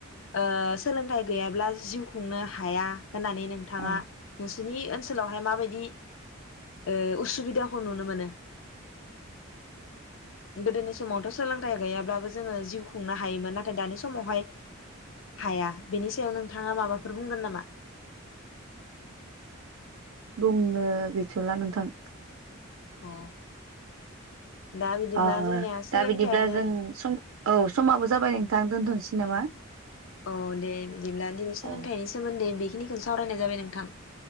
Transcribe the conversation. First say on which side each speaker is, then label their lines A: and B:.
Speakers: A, on the left (about 65°); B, on the right (about 75°).
A: ओ सोलोंथाइ गैयाब्ला जिउ खुंनो हाया। होननानै नोंथाङा
B: औ
A: सोनि ओनसोलावहाय माबायदि? ओ उसुबिदाखौ नुनो मोनो गोदोनि समावथ सोलोंथाइ गैयाब्लाबो जोङो जिउ खुंनो हायोमोन नाथाय दानि समावहाय हाया बेनि सायाव नोंथाङा माबाफोर बुंगोन नामा?
B: बुंनो गैथला नोंथां।
A: अ दा बिदिब्ला
B: ओ
A: जोंनिया सोलोंथाइयानो
B: दा बिदिब्ला जों सम औ समाबो जाबाय नोंथां दोनथन थि नामा?
A: औ दे बिदिब्ला दिनै सोलोंथाइनि
B: औ
A: सोमोन्दै बि खिनिखौनो सावरायनाय जाबाय नोंथां।